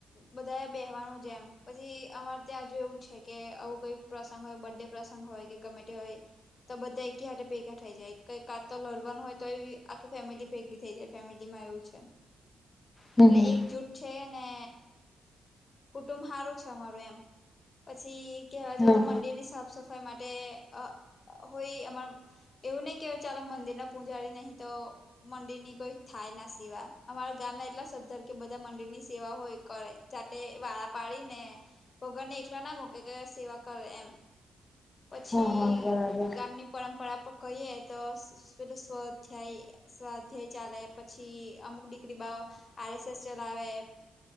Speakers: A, on the left; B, on the left.
A: બધાએ બેહવાનું જેમ પછી અમારે ત્યા જેવું છે. કે આવું કોઈ પ્રસંગ હોય બડે પ્રસંગ હોય કે ગમે તે હોય તો બધા એકી હાથે ભેગા થઇ જાય કઈ કા તો લડવાનું હોય તો એ આખ ફેમિલી ભેગી થઈ જાય ફેમિલીમાં એવું છે.
B: હમ
A: એટલે
B: હમ
A: એકજૂટ છે, ને કુટુંબ સારું છે, અમારું એમ પછી કહેવા જોઈએ
B: હા
A: તો મંદિરની સાફ સફાઈ માટે અ હોય અમાર એવું નય કે ચાલો મંદિરના પૂજારી નહી તો મંદિરની કોઈ થાયના સિવા અમારા ગામના એટલા સ્ધર કે બધા મંદિરની સેવા હોય કરે જાતે વારા પાડી ને ભગવાને એકલા ના મૂકે કે સેવા કરે એમ પછી
B: હા હા બરાબર
A: ગામની પરંપરા કહીએ તો પેલુ સ્વાધ્યાય સ્વાધ્યાય ચાલે પછી અમુક દીગ્રી બાાવ આરએસએસ ચલાવે